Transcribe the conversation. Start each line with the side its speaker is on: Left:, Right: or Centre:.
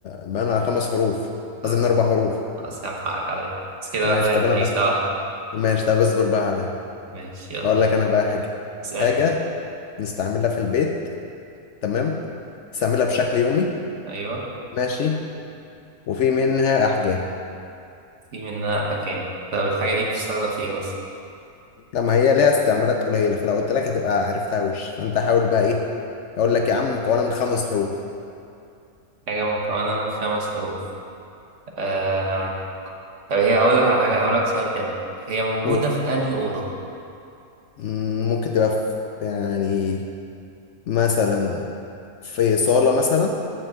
Left: بقى على خمس حروف
Right: خلاص
Left: قصدي من اربع حروف
Right: خلاص يا عم حقك عليا بس كده
Left: ماشي
Right: واحدة واحد
Left: طب انا
Right: ماليش
Left: بقى
Right: دعوة
Left: ماشي طب اصبر بقى عليا
Right: ماشي يلا
Left: اقول لك انا بقى حاجه
Right: اسأل
Left: حاجه نستعملها في البيت تمام نستعملها بشكل يومي
Right: أيوه
Left: ماشي وفي منها احجام
Right: في منها أحكام طب الحاجة دي بتستخدم في إيه مثلا؟
Left: لما هي ليها استعمالات قليله فلو قلت لك هتبقى عرفتها وش فانت حاول بقى ايه اقول لك يا عم مكونه من خمس حروف
Right: حاجة مكونة من خمس حروف آه... طب هي هقول لك على حاجة هقول لك سؤال حلو هي موجودة
Left: و-
Right: في أنهي أوضة؟
Left: مم، ممكن تبقى في يعني مثلا في صاله مثلا